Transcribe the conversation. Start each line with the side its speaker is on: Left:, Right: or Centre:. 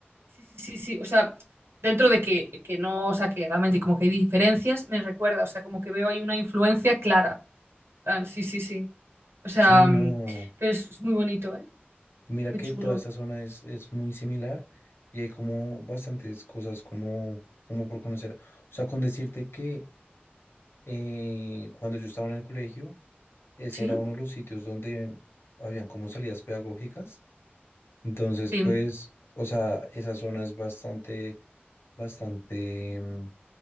Right: sí, sí, sí, sí. O sea, dentro de que, que no, o sea, que realmente como que hay diferencias, me recuerda, o sea, como que veo ahí una influencia clara. En plan, sí, sí, sí. O sea,
Left: sí, no.
Right: mm, pero es, es muy bonito, ¿eh?
Left: Y mira
Right: Es muy
Left: que
Right: chulo.
Left: toda esta zona es, es muy similar y hay como bastantes cosas como, como por conocer. O sea, con decirte que eh, cuando yo estaba en el colegio, ese
Right: Sí,
Left: era uno de los sitios donde habían como salidas pedagógicas. Entonces,
Right: sí.
Left: pues, o sea, esa zona es bastante, bastante mm,